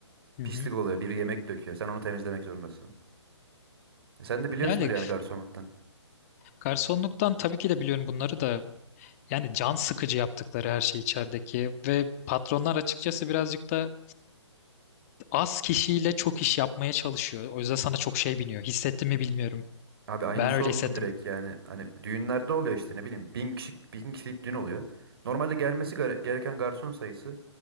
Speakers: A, on the left (about 30°); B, on the right (about 55°).
A: hı
B: Pislik
A: hı.
B: oluyor, biri yemek döküyor, sen onu temizlemek zorundasın. E sen de biliyorsundur
A: Yani
B: yani garsonluktan.
A: garsonluktan tabii ki de biliyorum bunları da yani can sıkıcı yaptıkları her şey içerideki ve patronlar açıkçası birazcık da az kişiyle çok iş yapmaya çalışıyor. O yüzden sana çok şey biniyor. Hissettin mi bilmiyorum.
B: Abi aynısı
A: Ben öyle
B: oldu
A: hissettim.
B: direkt yani. Hani düğünlerde oluyor işte ne bileyim. Bin kişilik, bin kişilik düğün oluyor. Normalde gelmesi gere- gereken garson sayısı